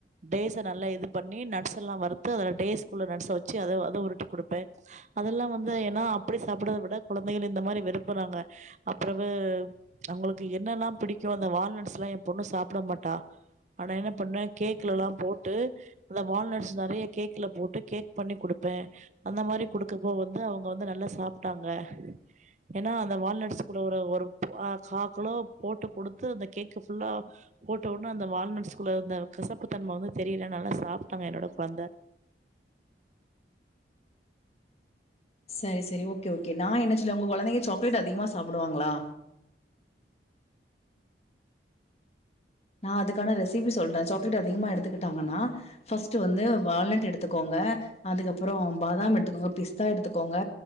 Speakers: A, on the right; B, on the left.
A: டேஸ்ஸ நல்லா இது பண்ணி நட்ஸ் எல்லா வறுத்து அதுல டேஸ்குள்ள நட்ஸ வச்சு அத அத உருட்டி குடுப்பே அதெல்லா வந்து ஏன்னா அப்டி சாப்டுறதை விட குழந்தைகள் இந்த மாரி விரும்புறாங்க அப்பறவு அவங்களுக்கு என்னெல்லா பிடிக்கு அந்த வால்நட்ஸ் எல்லா எ பொண்ணு சாப்ட மாட்டா ஆனா என்ன பண்ணுவே கேக்லல்லா போட்டு அந்த வால்நட்ஸ் நெறைய கேக்ல போட்டு கேக் பண்ணி குடுப்பே அந்த மாரி குடுக்கப்போ வந்து அவங்க வந்து நல்லா சாப்ட்டாங்க ஏன்னா அந்த வால்நட்ஸ் கூட ஒரு ஒரு அ காக்கிலோ போட்டு குடுத்து அந்த கேக்கு ஃபுல்லா போட்ட ஒடன அந்த வால்நட் ஸ்கூல இருந்த கசப்புத்தன்மை வந்து தெரில நல்லா சாப்டாங்க என்னோட கொழந்தை
B: சரி சரி ஓகே ஓகே நா என்ன சொல்லு உங்க கொழந்தைங்க சாக்லேட் அதிகமாக சாப்டுவாங்களா நா அதுக்கான ரெசிபி சொல்றே சாக்லேட் அதிகமா எடுத்துக்கிட்டாங்கன்னா ஃபஸ்ட் வந்து வால்நட் எடுத்துக்கோங்க அதுக்கப்பறோ பாதாம் எடுத்துக்கோங்க பிஸ்தா எடுத்துக்கோங்க